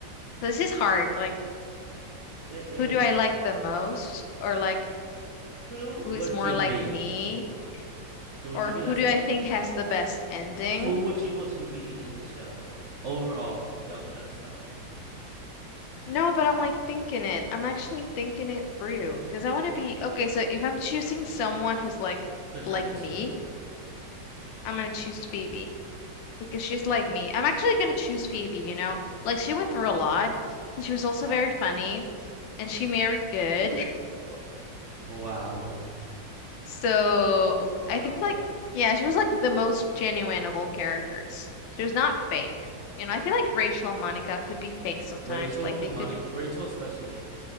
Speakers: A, on the left (about 85°); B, on the right (about 55°).
A: So This is hard. Like,
B: It is
A: who do I like the most? Or like,
B: who would
A: who is more
B: you be?
A: like me?
B: <laughs> Who would
A: Or
B: you
A: who
B: be? That's
A: do
B: it.
A: I think has the best ending?
B: Who would you want to be in the show? Overall, don't try to stall this
A: No, but I'm like thinking it. I'm actually thinking it through because I want to be okay. So if I'm choosing someone who's like
B: to turn
A: like
B: into.
A: me, I'm gonna choose Phoebe. because she's like me. I'm actually gonna choose Phoebe, you know? Like she went through a lot and she was also very funny and she married good. <laughs>
B: Wow.
A: So
B: Wow.
A: I think like yeah, she was like the most genuine of all characters. She was not fake. You know, I feel like Rachel and Monica could be fake sometimes.
B: Rachel
A: Like
B: can
A: they
B: Monica
A: could
B: Rachel especially